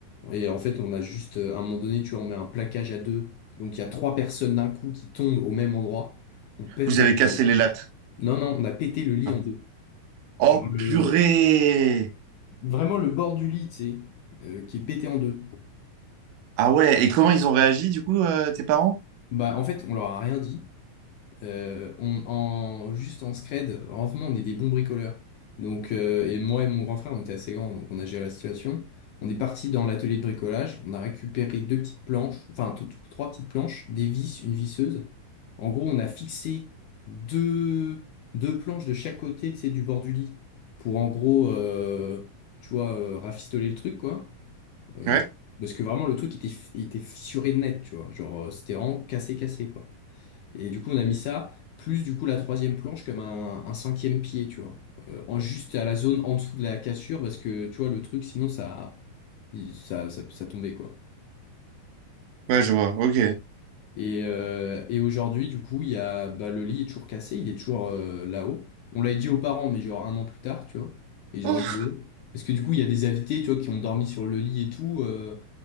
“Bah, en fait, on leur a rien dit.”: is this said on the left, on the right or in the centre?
Left